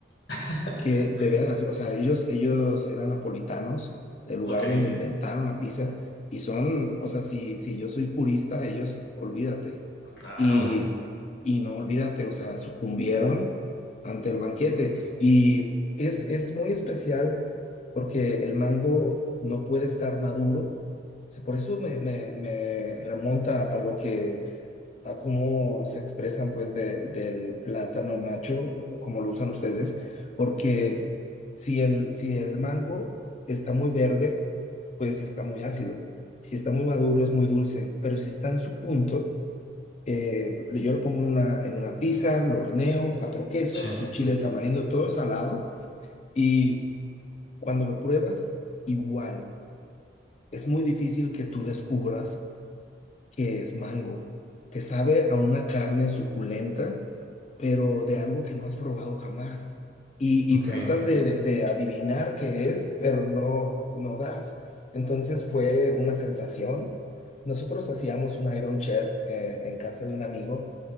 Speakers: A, on the left (about 70°); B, on the left (about 35°).
A: <laughs>
B: que de veras, o sea, ellos, ellos eran napolitanos, el lugar
A: ok,
B: donde inventaron la pizza, y son, o sea, si, si yo soy purista, ellos, olvídate.
A: claro,
B: Y, y no olvídate, o sea, sucumbieron ante el banquete. Y es, es muy especial porque el mango no puede estar maduro. Se- Por eso me, me, me remonta a lo que a cómo se expresan pues de- del plátano macho, como lo usan ustedes, porque si el, si el mango está muy verde, pues está muy ácido. Si está muy maduro, es muy dulce, pero si está en su punto, eh, yo lo pongo en una, en una pizza, lo horneo, cuatro quesos,
A: sí,
B: su chile tamarindo, todo salado, y cuando lo pruebas, igual. Es muy difícil que tú descubras que es mango. Te sabe a una carne suculenta pero de algo que no has probado jamás. Y,
A: ok,
B: y tratas de, de- de adivinar qué es, pero no, no das. Entonces fue una sensación. Nosotros hacíamos un Iron Chef eh, en casa de un amigo